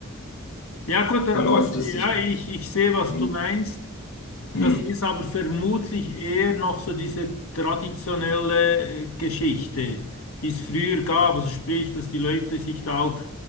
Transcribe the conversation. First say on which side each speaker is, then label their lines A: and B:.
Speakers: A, on the left; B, on the left.
A: Ja, gut, da-
B: verläuft
A: das, ja,
B: es sich.
A: ich, ich sehe, was
B: Hm,
A: du meinst.
B: hm,
A: Das ist aber vermutlich eher noch so diese traditionelle äh, Geschichte, die es früher gab. Also sprich, dass die Leute sich da auch